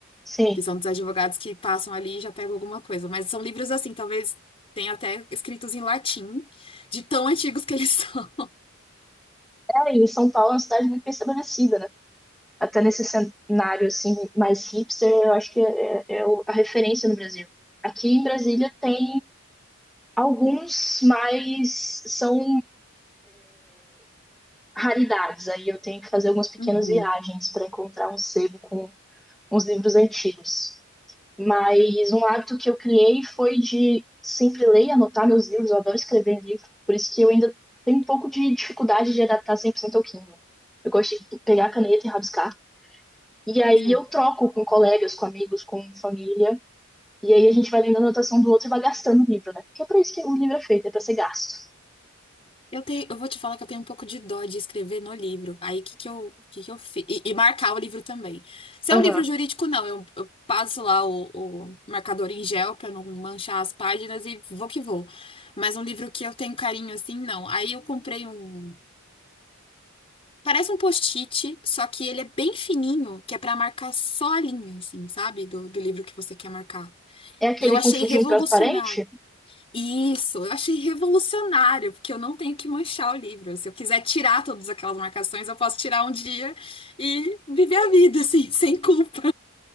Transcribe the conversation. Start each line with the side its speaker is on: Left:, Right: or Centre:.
Centre: Sim.
Left: que são dos advogados que passam ali e já pegam alguma coisa. Mas são livros assim, talvez tenha até escritos em latim, de tão antigos que eles <laughs> são.
Centre: É, e São Paulo é uma cidade muito bem estabelecida, né? Até nesse cenário assim mais hipster, eu acho que é, é o- a referência no Brasil. Aqui em Brasília tem alguns, mas são raridades. Aí eu tenho que fazer algumas pequenas
Left: Uhum,
Centre: viagens para encontrar um sebo com uns livros antigos. Mas um hábito que eu criei foi de sempre ler e anotar meus livros. Eu adoro escrever livro, por isso que eu ainda tenho um pouco de dificuldade de adaptar 100% ao Kindle. Eu gosto de pegar a caneta e rabiscar. E aí
Left: sim.
Centre: eu troco com colegas, com amigos, com família. E aí a gente vai lendo a anotação do outro e vai gastando o livro, né? Porque é pra isso que o livro é feito, é pra ser gasto.
Left: Eu tenho, eu vou te falar que eu tenho um pouco de dó de escrever no livro. Aí, o que que eu, que que eu fiz? E, e marcar o livro também. Se
Centre: Aham.
Left: é um livro jurídico, não. Eu, eu passo lá o, o marcador em gel pra não manchar as páginas e vou que vou. Mas um livro que eu tenho carinho assim, não. Aí eu comprei um. Parece um post-it, só que ele é bem fininho, que é pra marcar só a linha, assim, sabe? Do, do livro que você quer marcar.
Centre: É aquele
Left: E eu achei
Centre: com fundinho
Left: revolucionário.
Centre: transparente.
Left: Isso, eu achei revolucionário, porque eu não tenho que manchar o livro. Se eu quiser tirar todas aquelas marcações, eu posso tirar um dia e viver a vida, assim, <laughs> sem culpa.